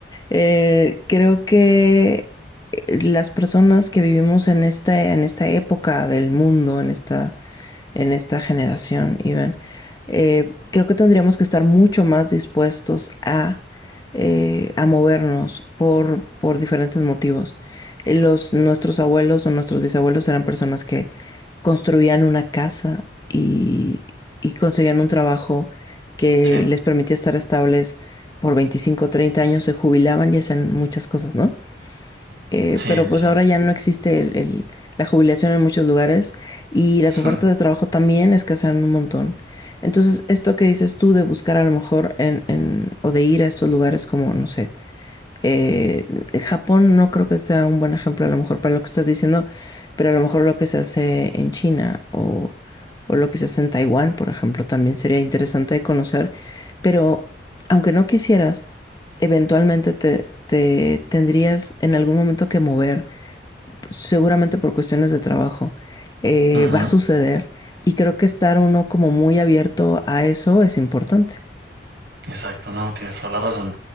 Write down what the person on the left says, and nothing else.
Eh, creo que eh, las personas que vivimos en esta, en esta época del mundo, en esta, en esta generación, Iván, eh, creo que tendríamos que estar mucho más dispuestos a, eh, a movernos por, por diferentes motivos. Los, nuestros abuelos o nuestros bisabuelos eran personas que construían una casa y, y conseguían un trabajo que
les permitía estar estables por 25 o 30 años, se jubilaban y hacían muchas cosas, ¿no? Eh,
pero
pues
ahora ya no existe el- el- la jubilación en muchos lugares y las
ofertas de trabajo también escasean un montón. Entonces, esto que dices tú de buscar a lo mejor en, en- o de ir a estos lugares como, no sé, eh, Japón no creo que sea un buen ejemplo a lo mejor para lo que estás diciendo, pero a lo mejor lo que se hace en China o, o lo que se hace en Taiwán, por ejemplo, también sería interesante de conocer, pero aunque no quisieras, eventualmente te, te tendrías en algún momento que mover, seguramente por cuestiones de trabajo, Eh,
va a suceder y creo que estar uno como muy abierto a eso es importante.